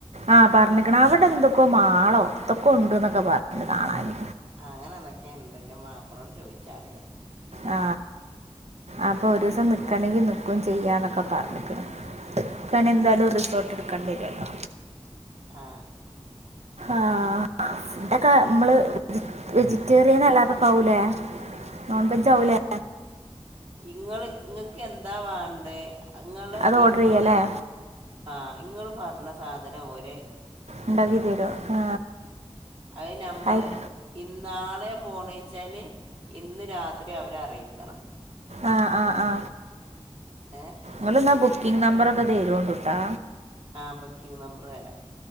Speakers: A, on the right; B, on the right.
A: ആ പറഞ്ഞിക്ക്‌ണ് അവിടെ എന്തൊക്കോ മാളോ എൻതൊക്കൊ ഉണ്ട്ന്നൊക്കെ പറഞ്ഞ ന്ന് കാണാന്.
B: ആ അങ്ങനെ എന്തൊക്കെയോ ഉണ്ട് എന്റെ മാപ്പളോട് ചോദിച്ചാറിയാം.
A: ആ അപ്പൊ ഒരു ദിവസം നിക്കണെങ്കിൽ നിക്കും ചെയ്യാ എന്നൊക്കെ പറഞ്ഞ്ക്ക്ണ് തന്നെ
B: ഏ
A: എന്താലും റിസോർട്ട് എടുക്കേണ്ടി വരുമല്ലോ.
B: ആ
A: ആഹ് ഇതൊക്കെ നമ്മള് വെജിറ്റേറിയൻ അല്ലാതെ പോവൂലേ നോൺ വെജ് ആവുലേ
B: ഏ ഇങ്ങള് ഇങ്ങൾക്ക് എന്താ വണ്ടേ അങ്ങള്
A: അത് ഓർഡർ
B: ഇങ്ങള്
A: ചെയ്യല്ലേ
B: ആ ഇങ്ങള് പറഞ്ഞ സാധനം ഒരേ
A: ഇണ്ടാക്കിതീരേ ആ
B: അത് ഞമ്മള്.
A: ആയി-
B: ഇന്നാളെ പോണെ ഇച്ചാൽ ഇന്ന് രാത്രി അവരെ അറിയിക്കണം
A: ആ ആ ആ.
B: ഏഹ്
A: ങ്ങള്ന്നാ ബുക്കിംഗ് നമ്പറൊക്കെ തരോണ്ടുട്ടാ
B: ആ ബുക്കിംഗ് നമ്പർ തരാ